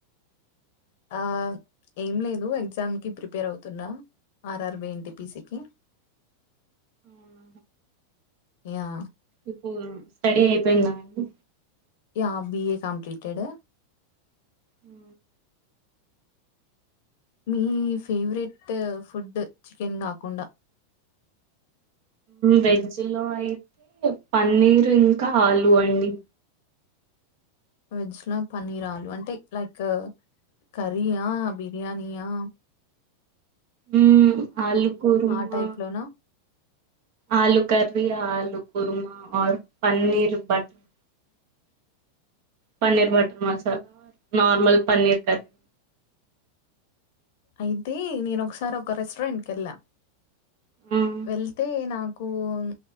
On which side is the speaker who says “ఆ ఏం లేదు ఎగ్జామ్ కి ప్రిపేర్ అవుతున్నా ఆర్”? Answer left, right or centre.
Left